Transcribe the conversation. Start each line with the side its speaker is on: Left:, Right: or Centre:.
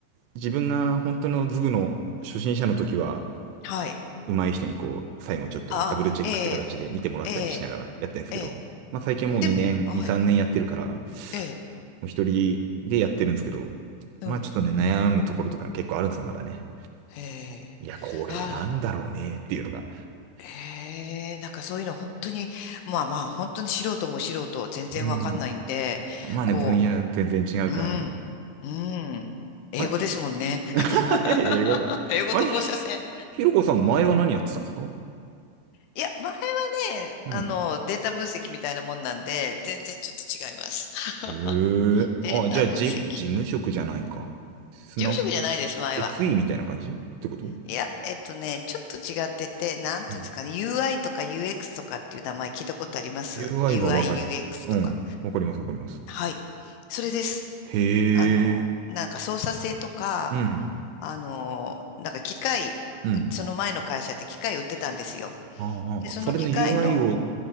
Right: 自分が本当のズブの初心者の時は、
Left: はい。
Right: 上手い人にこう、最後ちょっとダブルチェックって形で見てもらったりしながらやってるんですけど、
Left: ああ、ええええ、ええ、
Right: まあ最近もう2年、
Left: でも、はい、
Right: 2、3年やってるから、も
Left: ええ、
Right: う一人でやってるんですけど、
Left: うん、
Right: まあちょっとね、悩むところとか結構あるんですよ、まだね。
Left: へえ、
Right: いや、これなんだろうねっていうのが。
Left: あ、へえ、なんかそういうの本当に、まあまあ、本当に素人も素人、全然わかんないんで、
Right: うん。まあね、
Left: こ
Right: 分野全然違うから。
Left: う、うん、うん、英語ですもんね。
Right: あれ
Left: <laughs>
Right: はい、<laughs> これかな。
Left: 英語と放射線。
Right: あれひ、ひろこさん前は何やってたんですか
Left: いや、前はね、
Right: うん。
Left: あの、データ分析みたいなもんなんで、全然ちょっと違います。<laughs>
Right: えーあ、
Left: データ分析。
Right: じゃあ、じ、事務職じゃないか。
Left: 事
Right: す、
Left: 務職じゃないです、
Right: なんか、
Left: 前は。
Right: SE みたいな感じってこと
Left: いや、えっとね、ちょっと違ってて、なんていうんですかね、
Right: うん
Left: UI とか UX とかっていう名前聞いたことあります
Right: UI
Left: ?UI、
Right: はわかり、
Left: UX
Right: うん。
Left: とか。
Right: わかります、わかります。
Left: はい。それです。
Right: へ
Left: あの、
Right: え。
Left: なんか操作性とか、
Right: うん。
Left: あの、なんか機械、
Right: うん。
Left: その前の会社って機械売ってたんですよ。
Right: ああ、
Left: で、その機械の、
Right: それの UI を